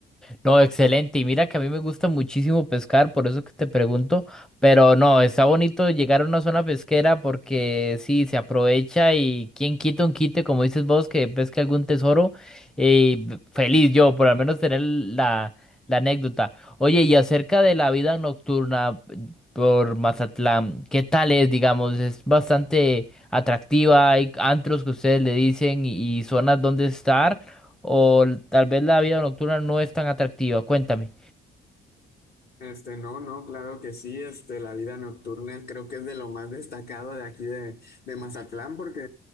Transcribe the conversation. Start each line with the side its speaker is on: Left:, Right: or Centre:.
Centre: No, excelente. Y mira que a mí me gusta muchísimo pescar, por eso que te pregunto. Pero no, está bonito llegar a una zona pesquera porque sí, se aprovecha y quien quita un quite, como dices vos, que pesque algún tesoro. eh, feliz yo, por al menos tener la, la anécdota. Oye, y acerca de la vida nocturna por Mazatlán, ¿qué tal es, digamos? Es bastante atractiva, hay antros que ustedes le dicen y y zonas donde estar o l- tal vez la vida nocturna no es tan atractiva. Cuéntame.
Left: Este, no, no, claro que sí, este, la vida nocturna creo que es de lo más destacado de aquí de, de Mazatlán, porque